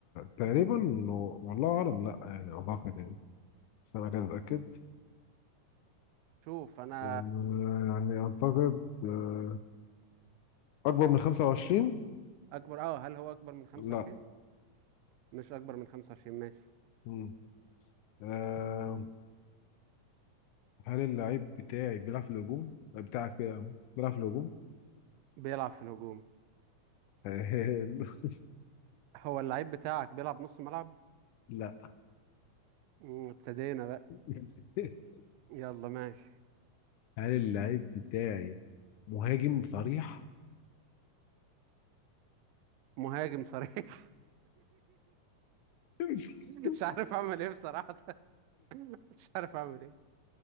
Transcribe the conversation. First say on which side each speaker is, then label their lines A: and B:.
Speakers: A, on the left; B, on the right.
A: تقريبا و- والله اعلم لا يعني اعتقد يعني استنى كده اتاكد
B: شوف انا
A: آه، يعني اعتقد آه، اكبر من 25
B: اكبر اه هل هو اكبر من 25
A: لا
B: مش اكبر من 25 ماشي
A: مم. آه، هل اللاعب بتاعي بيلعب في الهجوم بتاعك بيلعب بيلعب في الهجوم
B: بيلعب في الهجوم
A: <laughs>
B: هو اللعيب بتاعك بيلعب نص ملعب
A: لا
B: مم، ابتدينا بقى
A: <laughs>
B: يلا ماشي
A: هل اللعيب بتاعي مهاجم صريح؟
B: مهاجم صريح <laughs>
A: <laughs>
B: مش عارف اعمل ايه بصراحة <laughs> مش عارف اعمل ايه